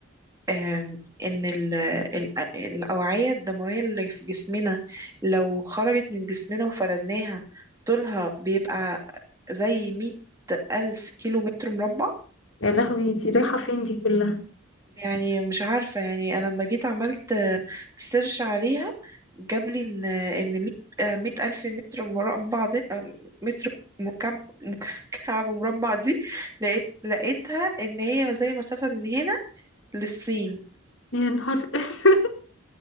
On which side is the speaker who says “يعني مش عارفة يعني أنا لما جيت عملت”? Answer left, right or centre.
Right